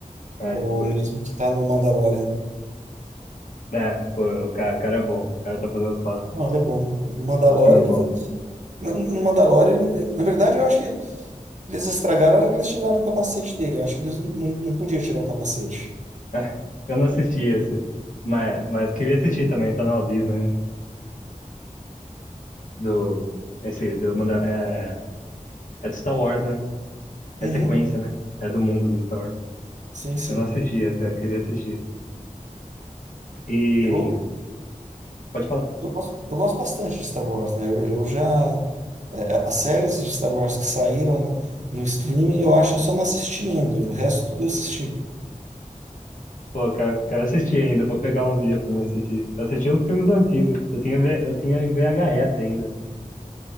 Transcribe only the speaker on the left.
É,
pô,
né? Pô, o cara, o cara é bom, o cara tá fazendo só,
só filme
bom.
<laughs> Eu não assisti esse, mas, mas queria assistir também, tá na Walt Disney, né? Do, esse, do, Manda- é, é do Star Wars, né? É
sequência, né? É do mundo do Star Wars.
Eu não assisti essa, eu queria assistir. E.
Pode falar.
Pô, eu quero, quero assistir ainda, vou pegar uns dias pra me assistir. Eu assisti uns filmes antigos. Eu tinha, V- eu tinha em VHS ainda.